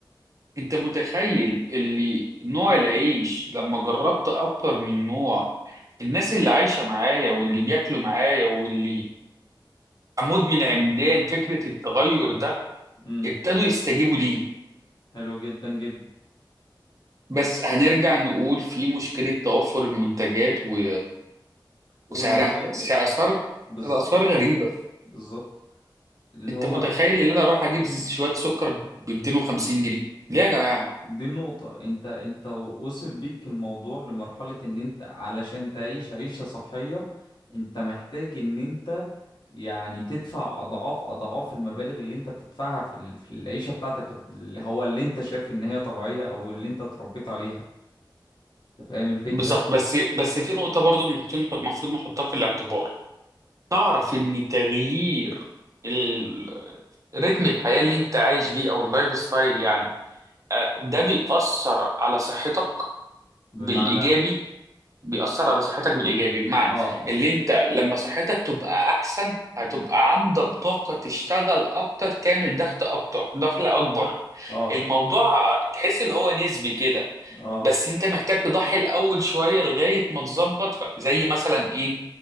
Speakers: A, on the right; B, on the left.
A: أنت متخيل اللي نوع العيش لما جربت أكتر من نوع الناس اللي عايشة معايا واللي بياكلوا معايا واللي أموت من عمدان فكرة التغير ده
B: امم
A: ابتدوا يستجيبوا ليه
B: حلوة جدا جدا
A: بس هنرجع نقول في مشكلة توفر المنتجات و...
B: والمبالغ
A: وسعرها سع- أسعار
B: بالظبط
A: الأسعار غريبة
B: بالظبط اللي
A: أنت
B: هو
A: متخيل إن أنا أروح أجيب زي- شوية سكر ب 250 جنيه ليه يا جماعة
B: دي النقطة انت انت وصل بيك الموضوع لمرحلة ان انت علشان تعيش عيشة صحية انت محتاج ان انت يعني تدفع اضعاف اضعاف المبالغ اللي انت بتدفعها في ال- في العيشة بتاعتك اللي هو اللي انت شايف ان هي طبيعية او اللي انت اتربيت عليها انت فاهم الفكرة
A: بالظبط بس بس في نقطة برضو محتاج- المفروض نحطها في الاعتبار تعرف إن تغيير ال... رتم الحياة اللي أنت عايش بيه أو اللايف ستايل يعني آه، ده بيأثر على صحتك بالإيجابي
B: بمعنى
A: بيأثر على صحتك بالإيجابي بمعنى
B: اه اه
A: اللي انت لما صحتك تبقى أحسن هتبقى عندك طاقة تشتغل أكتر تعمل ضغط أكتر دخل أكبر
B: اه
A: الموضوع تحس اللي هو نسبي كده
B: اه
A: بس انت محتاج تضحي الأول شوية لغاية ما تظبط ف- زي مثلا إيه